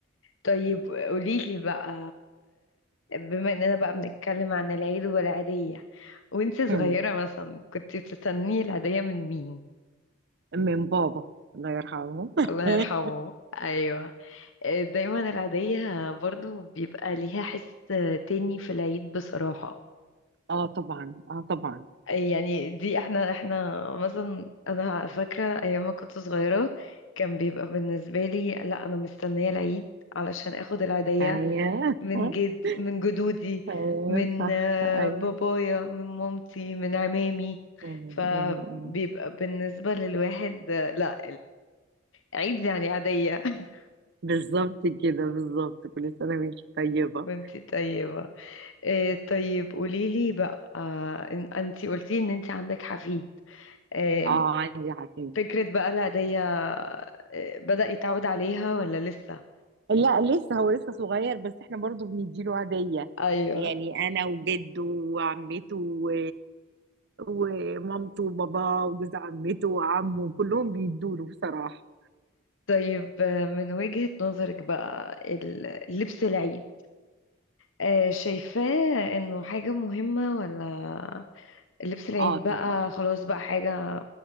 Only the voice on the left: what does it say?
طيب قوليلي بقى آه، بما اننا بقى بنتكلم عن العيد والعيدية وانت صغيرة
مثلا كنت بتستني العيدية من مين؟
الله يرحمه ايوه آه، دايما العيدية برضو بيبقى ليها حس تاني في العيد بصراحة
يعني دي احنا احنا مثلا انا فاكرة ايام ما كنت صغيرة كان بيبقى بالنسبة لي لا انا مستنية العيد علشان اخد العيدية
من جد
من جدودي
من
آه،
بابايا من مامتي من عمامي
فبيبقى
بالنسبة للواحد آه، لا العيد يعني عادية <laughs>
وانتي طيبة آه طيب قوليلي بقى آه انت قلتي ان انت عندك حفيد آه
فكرة بقى العيدية آه بدأ يتعود عليها ولا لسه
ايوه
طيب آه من وجهة نظرك بقى ال- لبس العيد آه شايفاه انه حاجة مهمة ولا لبس العيد
بقى خلاص بقى حاجة